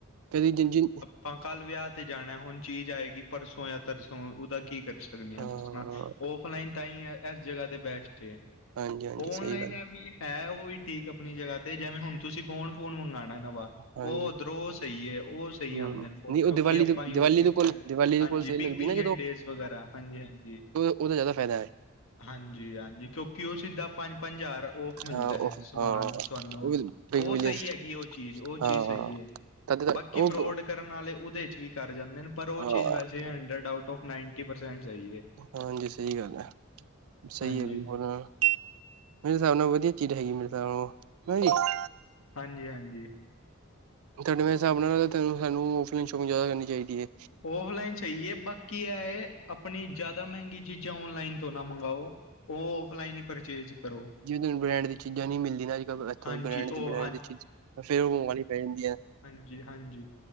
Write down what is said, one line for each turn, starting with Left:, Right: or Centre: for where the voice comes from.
Right: ਕਦੀ ਜਿਨ-ਜਿਨ
Left: ਪਾਂ ਕੱਲ ਵੇਆ ਤੇ ਜਾਣਾ, ਹੁਣ ਚੀਜ਼ ਆਏਗੀ ਪਰਸੋਂ ਯਾ ਤਰਸੋਂ, ਉਦਾ ਕੀ ਕਰ ਸ <unintelligible>
Right: ਹਾਂ
Left: ਦੱਸਣਾ, ਔਫਲਾਈਨ ਤਾਂਈ ੲੈ ੲੈਸ ਜਗ੍ਹਾ ਤੇ ਬੈਸ਼ਟ ਏ!
Right: ਹਾਂਜੀ ਹਾਂਜੀ
Left: ਓਨਲਾਈਨ
Right: ਸਹੀ ਗੱਲ
Left: ੲੈਵੀ ਹੈ, ਓ ਵੀ ਠੀਕ ਅਪਣੀ ਜਗ੍ਹਾ ਤੇ, ਜੈਵੇਂ ਹੁਣ ਤੁਸੀਂ ਫੋਨ-ਫੂਨ ਮੰਗਾਣਾ ਨਵ ਵਾ,
Right: ਹਾਂਜੀ
Left: ਓ ਓਧਰੋਂ ਸਈ ੲੈ, ਓ ਸਈ
Right: ਹਮ
Left: ਆਦੇ ਨੇ ਫੋਨ
Right: ਨਹੀਂ
Left: ਕਿਉਂਕਿ
Right: ਉਹ ਦੀਵਾਲੀ
Left: ਆਪਾਂ
Right: ਦੇ
Left: ਯੂਸ
Right: ਦੀਵਾਲੀ ਦੇ
Left: ਕੀਤਾ।
Right: ਕੋਲ ਦੀਵਾਲੀ ਦੇ
Left: ਹਾਂਜੀ,
Right: ਕੋਲ ਸੇਲ
Left: ਬਿਗ
Right: ਲੱਗਦੀ
Left: ਬਿਲੀਅਨ
Right: ਨਾ
Left: ਡੇਜ਼ ਵਗੈਰਾ, ਹਾਂਜੀ -ਹਾਂਜੀ।
Right: ਓਦਾ ਜਾਦਾ ਫੈਦਾ।
Left: ਹਾਂਜੀ-ਆਂਜੀ, ਕਿਉਂਕਿ ਓ ਸਿੱਧਾ ਪੰਜ-ਪੰਜ ਜਾਰ ਔਫ ਮਿਲਦਾ
Right: ਹਾਂ
Left: ੲੈ,
Right: ਉਹ
Left: ਸਮਾਨ
Right: ਹਾਂ
Left: ਤਵਾਨੂੰ
Right: ਉਹ ਬਿਗ
Left: ਓ
Right: ਬਿਲੀਅਨ
Left: ਸਈ ਹੈਗੀ ਏ, ਓ ਚੀਜ਼, ਓ
Right: ਹਾਂ
Left: ਚੀਜ਼ ਸਹੀ ੲੈ।
Right: ਤਦ ਤੱਕ
Left: ਬਾਕੀ ਫਰੋਡ
Right: ਉਹ
Left: ਕਰਨ ਵਾਲੇ ਉਦੇ 'ਚ ਵੀ ਕੱਰ ਜਾਂਦੇ ਨੇ, ਪਰ ਓ
Right: ਹਾਂ
Left: ਚੀਜ਼ ਵੈਸੇ hundred out of ninety percent ਸਈ ਏ।
Right: ਹਾਂਜੀ, ਸਈ ਗੱਲ ੲੈ, ਸਈ
Left: ਹਾਂਜੀ
Right: ਏ। <unintelligible> ਮੇਰੇ ਸਾਬ ਨਾਲ ਵਧੀਆ ਚੀਜ਼ ਹੈਗੀ, ਮੇਰੇ ਸਾਬ ਨਾਲ <unintelligible>
Left: ਹਾਂਜੀ-ਹਾਂਜੀ।
Right: ਤਵਾਡਵੇ ਸਾਬ ਨਾਲ ਤਾਨੂੰ-ਸਾਨੂੰ ਔਫਲਾਈਨ ਸ਼ੋਪਿੰਗ ਜ਼ਾਦਾ ਕਰਨੀ ਚਾਦੀ ਏ।
Left: ਔਫਲਾਈਨ ਸਈ ਏ, ਬਾਕੀ ੲੈ, ਆਪਣੀ ਜਾਆਦਾ ਮੈਗੀ ਚੀਜ਼ਾਂ ਔਨਲਾਈਨ ਤੋਂ ਨਾ ਮਗਾਓ। ਓ, ਔਫਲਾਈਨ ਈ ਪਰਚੇਜ ਕਰੋ।
Right: ਜਿਵੇਂ ਤਾਨੂੰ ਬ੍ਰੈਂਡ ਦੀ ਚੀਜ਼ਾਂ ਨੀ ਮਿਲਦੀ ਨਾ ਅੱਜ-ਕੱਲ, ਇੱਥੋਂ
Left: ਹਾਂਜੀ
Right: ਬ੍ਰੈਂਡ ਦੇ
Left: ਉਹ
Right: ਬ੍ਰੈਂਡ ਦੀ ਚੀਜ਼ ਫੇਰ ਓ ਮਗਵਾਣੀ ਪੈ ਜਾਂਦੀਆਂ।
Left: ਹਾਂਜੀ-ਹਾਂਜੀ।